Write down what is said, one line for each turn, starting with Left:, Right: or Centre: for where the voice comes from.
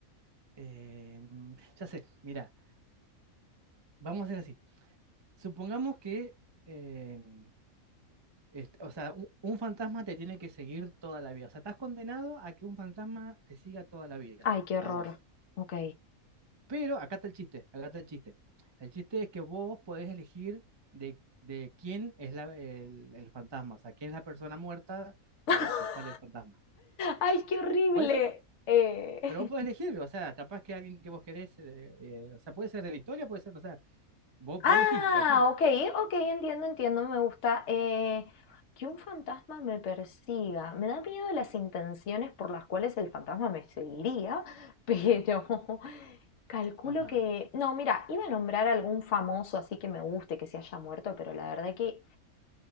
Right: Eh, ya sé, mira, vamos a hacer así. Supongamos que, eh, est- o sea, un, un fantasma te tiene que seguir toda la vida. O sea, estás condenado a que un fantasma te siga toda la vida,
Left: Ay, qué horror.
Right: a vos.
Left: Ok.
Right: Pero acá está el chiste, acá está el chiste. El chiste es que vos podés elegir de, de quién es la- el, el fantasma, o sea, quién es la persona muerta
Left: <laughs>
Right: que, que sale el fantasma.
Left: Ay, qué horrible.
Right: Puede ser,
Left: Eh, <laughs>
Right: pero vos podés elegir, o sea, capaz que alguien que vos querés, eh, eh, o sea, puede ser de la historia, puede ser, o sea, vos,
Left: Ah,
Right: vos elegís, cualquiera
Left: ok, ok, entiendo, entiendo, me gusta. Eh, que un fantasma me persiga. Me da miedo las intenciones por las cuales el fantasma me seguiría, pero <laughs> calculo
Right: Ajá.
Left: que... No, mira, iba a nombrar algún famoso así que me guste, que se haya muerto, pero la verdad que